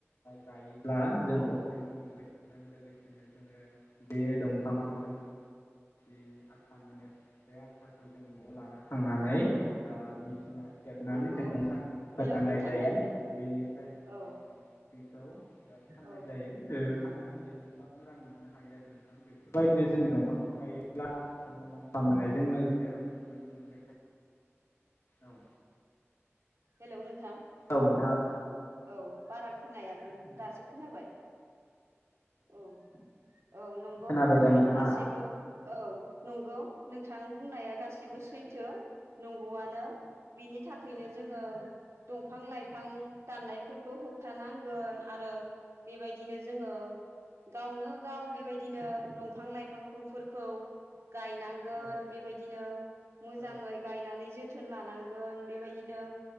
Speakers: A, on the left; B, on the right.
A: गायोब्ला जों ससेनबो मोनबाय थागोन लोगोसेनो जोङो बे दंफांखौ जों जि आथा मोनो बे आथाखौ जों न'आव लाना थांनानै
B: औ
A: ओ मेचिनाव हेबनानै
B: नंगौ
A: जों सान्दुंआव फोराननाय
B: हेलौ नोंथां
A: जायो
B: खोनादोंना
A: बेनिफ्राय जों
B: औ
A: बेखौ फाननाय
B: औ
A: जायो बे फाननानै जोङो गोबां रां मोननो हायो आरो। नोंथां बेफोरबायदिनो जों दंफांखौ गायोब्ला मुलाम्फा मोननायजों लोगोसे अक्सिजेनबो मोन औ
B: हेल' नोंथां
A: औ नोंथांआ
B: औ बारा खोनायाखैमोन दासो खोनाबाय। औ औ नंगौ
A: खोनाबाय
B: नोंथां
A: दा नोंथाङा
B: गासैबो।
A: औ
B: औ नंगौ नोंथां बुंनाया गासिबो सैथो। नंगौआनो बिनि थाखैनो जोङो। दंफां लाइफां दाननायफोरखौ होबथानांगोन आरो बेबायदिनो जोङो। गावनो गाव बेबायदिनो दंफां लाइफांफोरखौ। गायनांगोन
A: औ
B: बेबायदिनो मोजाङै
A: औ
B: गायनानै जोथोन लानांगोन बेबायदि नो।